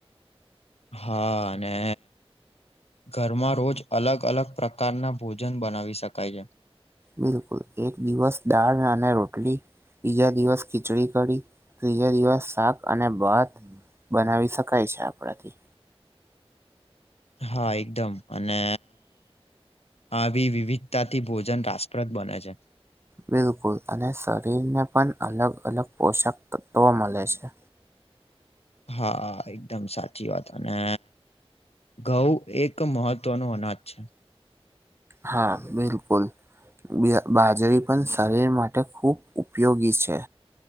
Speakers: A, on the left (about 80°); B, on the right (about 25°).
A: હા, અને ઘરમાં રોજ અલગ અલગ પ્રકારના ભોજન બનાવી શકાય છે.
B: બિલકુલ એક દિવસ દાળ અને રોટલી. બીજા દિવસ ખીચડી કડી ત્રીજા દિવસ શાક અને ભાત બનાવી શકાય છે આપડાથી.
A: હા, એકદમ અને આવી વિવિધતાથી ભો જન રાષ્ટપ્રદ બને છે.
B: બિલકુલ અને શરીરને પણ અલગ અલગ પોષક તત્વો મળે છે.
A: હા એકદમ સાચી વાત અને ઘઉ. એક મહત્વ નુ અનાજ છે.
B: હા બિલકુલ. બે બાજરી પણ શરીર માટે ખૂબ ઉપયોગી છે.